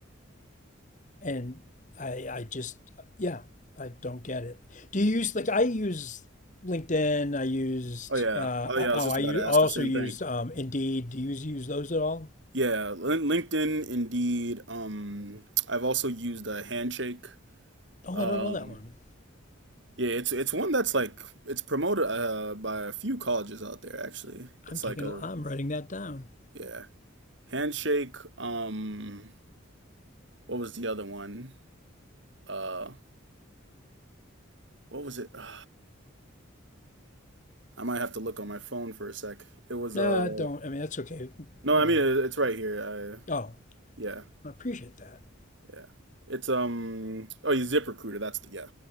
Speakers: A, on the left; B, on the right.
A: and I I just yeah I don't get it. Do you use like I use LinkedIn? I used
B: Oh yeah,
A: uh,
B: oh
A: I-
B: yeah. I was
A: oh
B: just
A: I
B: about
A: use,
B: to ask
A: also
B: the same
A: used
B: thing.
A: um, Indeed. Do you use, those at all?
B: Yeah, Lin- LinkedIn, Indeed. Um, I've also used a Handshake.
A: Oh,
B: Um,
A: I don't know that one.
B: Yeah, it's it's one that's like it's promoted uh by a few colleges out there actually. It's
A: I'm taking
B: like a
A: I'm writing that down.
B: yeah. Handshake, um what was the other one? Uh what was it? <sighs> I might have to look on my phone for a sec. It was
A: Nah,
B: uh
A: don't. I mean that's okay.
B: no,
A: You
B: I mean
A: know.
B: it, it's right here. I
A: Oh,
B: yeah,
A: I appreciate that.
B: yeah. It's um oh, you ZipRecruiter, that's the yeah.